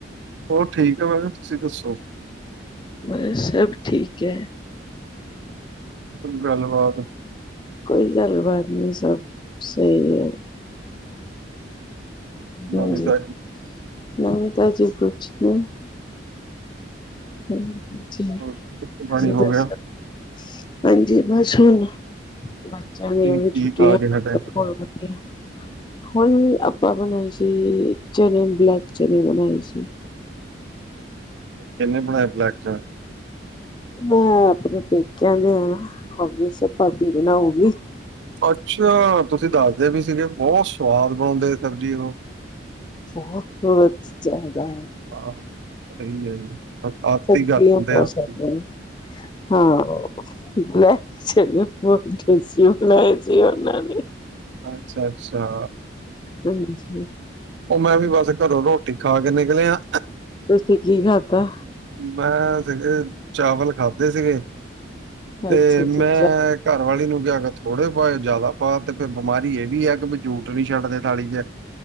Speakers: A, on the right; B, on the left.
A: ਹੋਰ ਠੀਕ ਹੈ, ਮੈਂ ਕਿਹਾ ਤੁਸੀਂ ਦੱਸੋ।
B: ਬਸ, ਸਭ ਠੀਕ ਐ।
A: ਗੱਲਬਾਤ।
B: ਕੋਈ ਗੱਲ ਬਾਤ ਨੀ, ਸਭ ਸਹੀ ਏ।
A: ਨਵੀਂ
B: ਨਾਜੀ,
A: ਤਾਜੀ
B: ਨਵੀ-ਤਾਜੀ ਕੁਛ ਨੀ। ਹ ਹੰ ਠੀਕ।
A: ਰੋਟੀ ਪਾਣੀ
B: ਤੁਸੀਂ
A: ਹੋ
B: ਦੱਸੋ
A: ਗਿਆ
B: ਹਾਂਜੀ, ਬਸ ਹੁਣ ਬੱਚਿਆਂ ਦੀ
A: ਠੀਕ
B: ਵੀ
A: ਠੀਕ
B: ਛੁੱਟੀਆਂ
A: ਆ
B: <unintelligible>
A: ਕੇ ਹਟੇ।
B: ਹੁਣ, ਆਪਾਂ ਬਣਾਈ ਸੀ ਚਨੇ ਬਲੈਕ ਚਨੇ ਬਣਾਏ ਸੀ।
A: ਚਨੇ ਬਣਾਏ ਬਲੈਕ ਚਨੇ
B: ਮੈਂ ਆਪਣੇ ਪੇਕਿਆਂ ਦੇ ਆ ਨਾ, ਸਬ ਭਾਬੀ ਬਣਾਉਗੀ।
A: ਅੱਛਾ, ਤੁਸੀਂ ਦੱਸਦੇ ਵੀ ਸੀਗੇ ਬੌਤ ਸਵਾਦ ਬਣਾਉਦੇ ਸਬਜ਼ੀ ਓਹ।
B: ਬਹੁਤ ਬਹੁਤ ਜਿਆਦਾ।
A: ਆਹੋ ਸਹੀ ਹੈ ਜੀ, ਅੱਤ
B: ਸਬਜ਼ੀਆਂ
A: ਕਰ ਦਿੰਦੇ
B: ਬਹੁਤ
A: ਆ ਆਤ।
B: ਹਾਂ, ਬਲੈਕ ਚਨੇ ਬੌਤ ਟੇਸਟੀ ਬਣਾਏ ਸੀ <unintelligible> ਨਾਲੇ।
A: ਅੱਛਾ, - ਅੱਛਾ।
B: ਹਾਂਜੀ।
A: ਉਹ, ਮੈਂ ਵੀ ਬਸ ਘਰੋਂ ਰੋਟੀ ਖਾ ਕੇ ਨਿਕਲਿਆ।
B: ਤੁਸੀਂ ਕੀ ਖਾਦਾ।
A: ਮੈਂ ਸੀਗੇ, ਚਾਵਲ ਖਾਦੇ ਸੀਗੇ। ਤੇ
B: ਅੱਛਾ-ਅੱਛਾ
A: ਮੈਂ ਘਰਵਾਲੀ ਨੂ ਬਿਆਗਤ। ਥੋੜੇ ਪਾਏ ਜ਼ਿਆਦਾ ਪਾ ਤੇ ਫਿਰ ਬਿਮਾਰੀ ਇਹ ਵੀ ਹੈ ਕਿ ਝੂਠ ਨੀ ਛੱਡਦੇ ਥਾਲੀ ਚ।